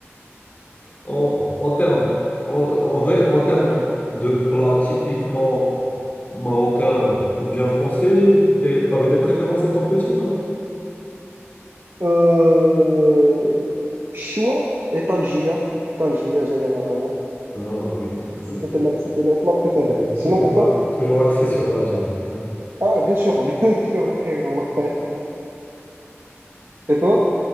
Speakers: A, on the left; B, on the right.
A: En, en termes, en, en vrai, en termes de plats typiquement marocains ou bien français, tu avais des préférences étant petit, non?
B: Euh... Choua et Tangia. Tangia, généralement.
A: Ah oui,
B: C'était
A: oui.
B: ma- c'était mes plats préférés.
A: C'est
B: Sinon,
A: toujours,
B: pour toi?
A: euh, toujours axé sur la viande. <laughs>
B: Ah, ouais, bien sûr, <laughs> bien sûr, frérot. Et toi?